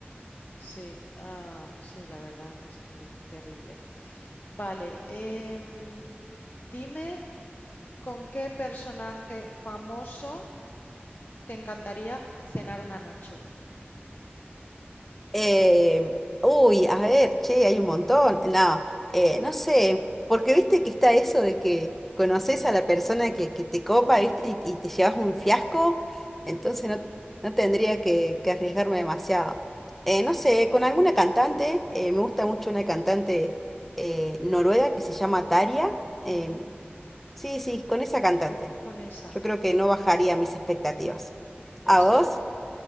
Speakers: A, on the left; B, in the centre.
A: Sí, ah, sí, la verdad es que terrible. Vale, em, dime con qué personaje famoso te encantaría cenar una noche.
B: Eh, uy, a ver, che, hay un montón. No, eh, no sé, porque viste que está eso de que conoces a la persona que, que te copa, viste, y, y te llevas un fiasco, entonces no, no tendría que, que arriesgarme demasiado. Eh, no sé, con alguna cantante, eh, me gusta mucho una cantante eh, noruega que se llama Taria. em,
A: Ujú,
B: sí, sí, con esa cantante.
A: Con esa,
B: Yo creo que no bajaría mis expectativas.
A: exacto.
B: ¿A vos?